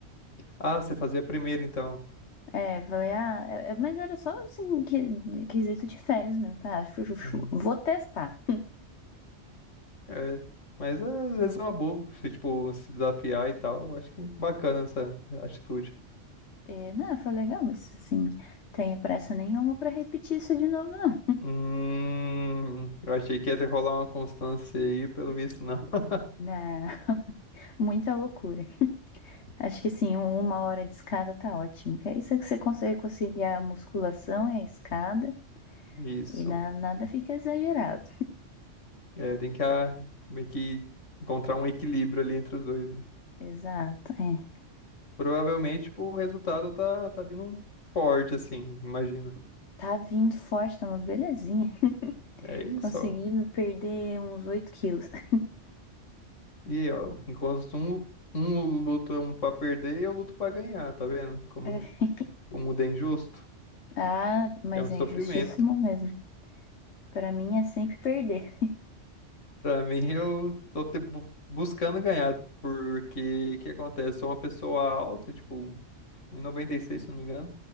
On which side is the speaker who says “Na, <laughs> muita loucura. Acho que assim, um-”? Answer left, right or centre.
Left